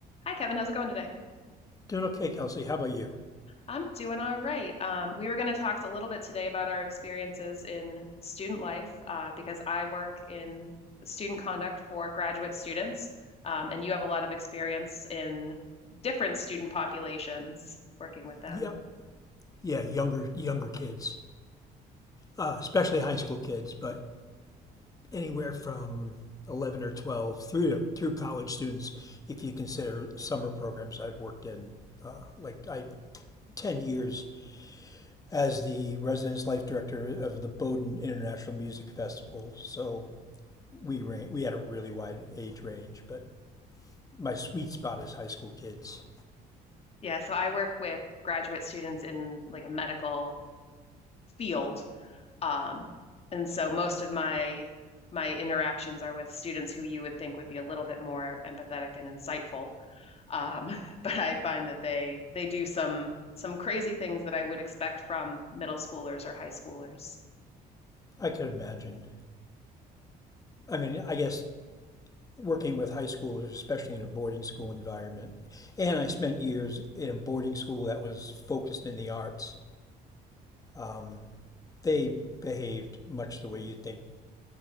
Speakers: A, on the left; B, on the left.
A: Hi, Kevin. How's it going today?
B: Doing okay, Kelsey. How about you?
A: I'm doing all right. Um, we were going to talk a little bit today about our experiences in student life uh, because I work in student conduct for graduate students, um, and you have a lot of experience in different student populations working with them.
B: Yeah, yeah, younger younger kids, uh, especially high school kids, but anywhere from eleven or twelve through to through college students, if you consider summer programs I've worked in, uh, like I. 10 years as the residence life director of the Bowdoin International Music Festival. So we ran, we had a really wide age range, but my sweet spot is high school kids.
A: Yeah, so I work with graduate students in like a medical field, um, and so most of my my interactions are with students who you would think would be a little bit more empathetic and insightful. Um, <laughs> but I find that they they do some some crazy things that I would expect from middle schoolers or high schoolers.
B: I can imagine. I mean, I guess working with high schoolers, especially in a boarding school environment. And I spent years in a boarding school that was focused in the arts. Um, they behaved much the way you think